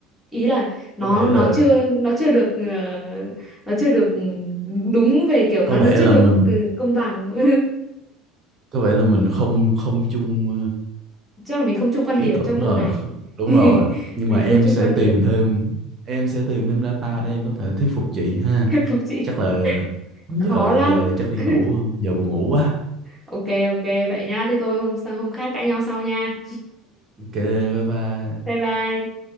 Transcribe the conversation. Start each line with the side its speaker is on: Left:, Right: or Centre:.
Centre: ý là nó
Right: có vẻ là
Centre: nó chưa nó chưa được ờ, nó chưa được ừ, đúng về kiểu nó
Right: có vẻ
Centre: nó chưa
Right: là
Centre: được
Right: mình
Centre: ừ, công bằng <laughs>
Right: có vẻ là mình không không chung
Centre: chắc là mình không chung quan
Right: ý
Centre: điểm
Right: tưởng
Centre: trong vụ
Right: rồi
Centre: này <laughs>
Right: đúng rồi nhưng
Centre: mình
Right: mà em
Centre: không chung
Right: sẽ
Centre: quan điểm
Right: tìm thêm
Centre: rồi
Right: em sẽ tìm thêm data để em có thể thuyết phục chị
Centre: <laughs>
Right: ha
Centre: thuyết phục chị
Right: chắc là giờ
Centre: khó lắm
Right: giờ thì chắc đi
Centre: <laughs>
Right: ngủ giờ buồn ngủ quá
Centre: ok ok vậy nha thế thôi hôm hôm khác cãi nhau sau nha
Right: ok bye bye
Centre: bye bye